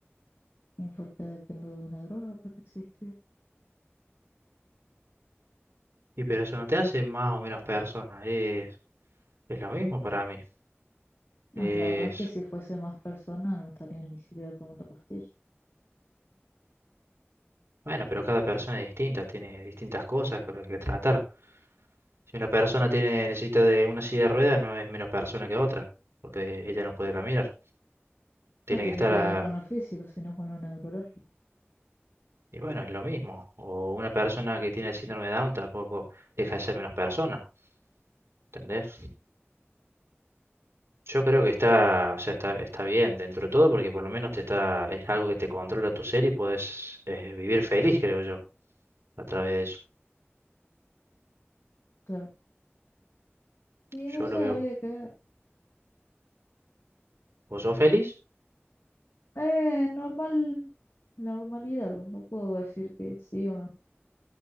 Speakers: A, on the left; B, on the right.
A: ¿Y por qué dependo de una droga para existir?
B: Y pero eso no te hace más o menos persona, es, es lo mismo para mí.
A: No,
B: Es,
A: la verdad es que si fuese más persona no estaría ni siquiera tomando pastillas.
B: bueno, pero cada persona es distinta, tiene distintas cosas con las que tratar. Si una persona tiene, necesita de una silla de ruedas, no es menos persona que otra, porque ella no puede caminar. Tiene
A: No tiene
B: que estar
A: que
B: a-
A: ver con lo físico, sino con lo neurológico,
B: Y bueno, es lo mismo. O una persona que tiene el síndrome de Down tampoco deja de ser menos persona, ¿entendés? Yo creo que está, o sea, está, está bien dentro de todo porque por lo menos te está, es algo que te controla tu ser y puedes eh, vivir feliz, creo yo, a través de eso.
A: claro. Y
B: Yo
A: no sé,
B: lo veo.
A: habría que ver.
B: ¿Vos sos feliz?
A: Eh, normal, normalidad, no puedo decir que sí o no.